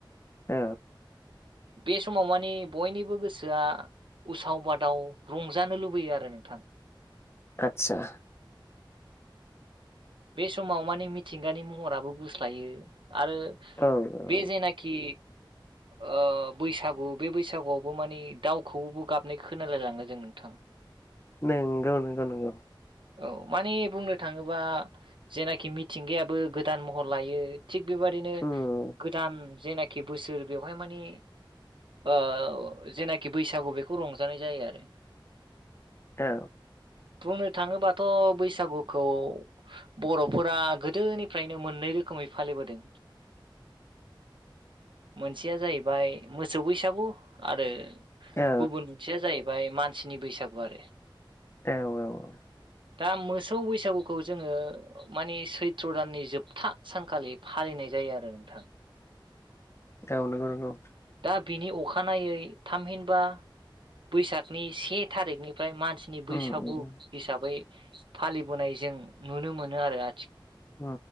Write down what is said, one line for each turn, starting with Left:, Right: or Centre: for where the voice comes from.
Left: औ।
Right: बे समाव माने बयनिबो गोसोआ उसाव बादाव रंजानो लुबैयो आरो नोंथां।
Left: आतसा।
Right: बे समाव माने मिथिंगानि महराबो गुस्लायो। आरो
Left: औ औ
Right: बे जेनाखि ओ बैसागु बे बैसागुआवबो माने दाउखौबो गाबनाय खोनालायलाङो। जों नोंथां।
Left: नोंगौ नोंगौ नोंगौ।
Right: औ माने बुंनो थाङोबा जेनाखि मिथिंगायाबो गोदान महर लायो थिग बेबादिनो
Left: उम
Right: गोदान जेनाखि बोसोर बेवहाय माने ओ जेनाखि बैसागु बेखौ रंजानाय जायो आरो।
Left: औ
Right: बुंनो थाङोबाथ' बैसागुखौ बर'फोरा गोदोनिफ्रायनो मोन्नै रो खोमै फालिबोदों।
Left: <unintelligible>
Right: मोनसेया जाहैबाय मोसौ बैसागु आरो
Left: औ
Right: गुबुन मोनसेया जाहैबाय मानसिनि बैसागु आरो।
Left: औ औ।
Right: दा मोसौ बैसागुखौ जोङो माने सैथ्र' दाननि जोबथा सानखालि फालिनाय जायो आरो नोंथां।
Left: औ नंगौ नंगौ।
Right: दा बिनि अखानायै थामहिनबा बैसागनि से थारिखनि फ्राय मानसिनि बैसागु
Left: उम उम
Right: हिसाबै फालिबोनाय जों नुनो मोनो आरो आ
Left: उम